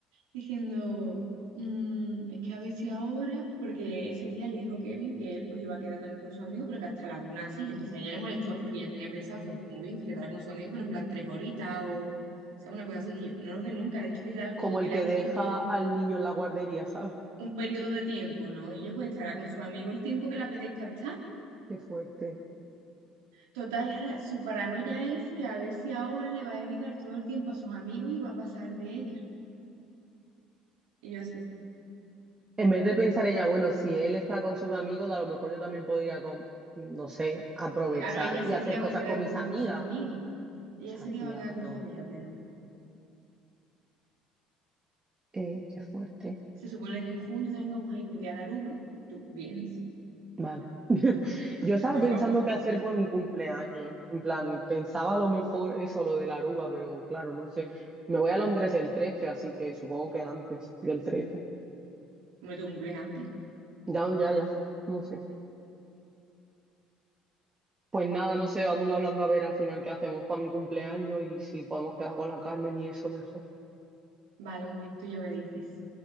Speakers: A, on the right; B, on the right.
A: diciendo, "Mm, es que a ver si ahora, porque ese día le dijo Kevin que él pues iba a quedar también con su amigo, pero que hasta las una así, entonces a ella le molestó porque ella tenía pensado que muy bien, que quedara con su amigo, pero en plan tres horitas o, ¿sabes? Una cosa así, y yo, no los ve nunca, ha dicho de quedar
B: como
A: todo, que
B: el
A: le
B: que
A: han
B: deja
A: dicho todo,
B: al niño en la guardería, ¿sabes?
A: un periodo de tiempo, ¿no? Y yo pues estará con su amigo el tiempo que le apetezca estar.
B: <laughs> Qué fuerte.
A: Total, y ahora su paranoia es que a ver si ahora le va a dedicar todo el tiempo a sus amigos y va a pasar de ella. Y yo así.
B: En vez de pensar ella, bueno, si él está con sus amigos, a lo mejor yo también podría, con- no sé, aprovechar
A: Claro, ella ese
B: y hacer
A: día
B: cosas
A: va a quedar
B: con mis
A: con
B: amigas.
A: su amiga. Ella
B: Ya,
A: ese
B: tía,
A: día va a quedar
B: pero
A: con su amiga, pero
B: eh, qué fuerte.
A: se supone que en junio también vamos a ir un día a la Aruba. Tú vienes,
B: Vale. Yo estaba
A: por
B: pensando
A: favor.
B: qué hacer por mi cumpleaños. En plan, pensaba a lo mejor eso, lo de la Aruba, pero claro, no sé. Me voy a Londres el 13, así que supongo que antes del 13.
A: Hombre, tu cumples antes.
B: Ya, ya, ya. No sé. Pues nada, no sé, vamos hablando a ver al final qué hacemos para mi cumpleaños y si podemos quedar con la Carmen y eso mejor.
A: Vale, muy bien, tú ya me dices.